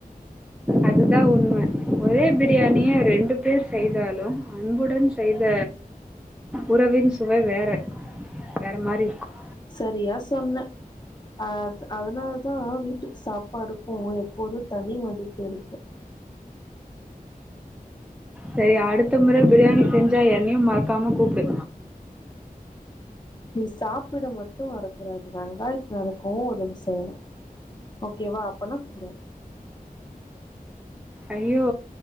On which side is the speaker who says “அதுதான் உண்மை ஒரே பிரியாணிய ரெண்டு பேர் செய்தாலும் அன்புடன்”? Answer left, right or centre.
Centre